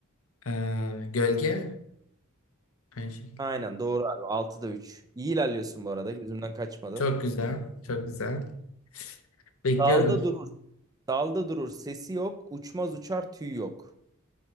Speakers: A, on the left (about 70°); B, on the right (about 15°).
A: Ee, gölge. Aynı şekilde.
B: Aynen doğru abi. altıda üç İyi ilerliyorsun bu arada. Gözümden kaçmadı.
A: Çok güzel. Çok güzel. Bekliyorum.
B: Dalda durur. Dalda durur. Sesi yok. Uçmaz uçar tüy yok.